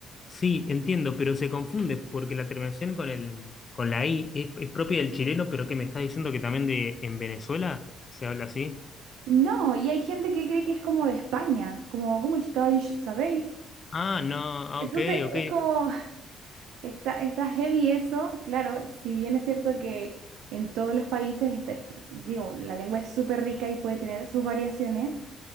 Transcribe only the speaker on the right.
No, y hay gente que cree que es como de España, como, ¿cómo estáis? ¿Sabéis?
Entonces
es como, <sighs> está, está heavy eso, claro, si bien es cierto que en todos los países, está- está- digo, la lengua es súper rica y puede tener sus variaciones,